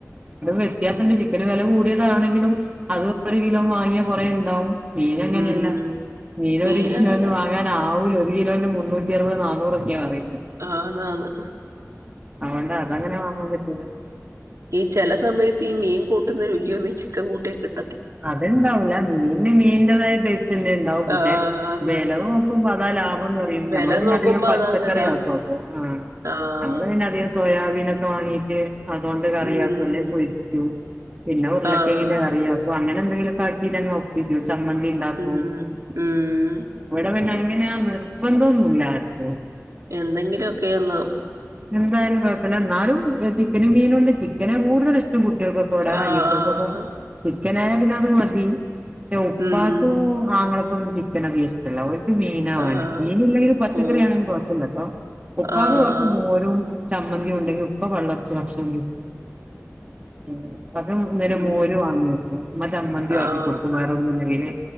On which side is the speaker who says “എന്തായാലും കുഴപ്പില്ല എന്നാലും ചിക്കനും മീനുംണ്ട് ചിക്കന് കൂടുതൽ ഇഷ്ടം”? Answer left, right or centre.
Right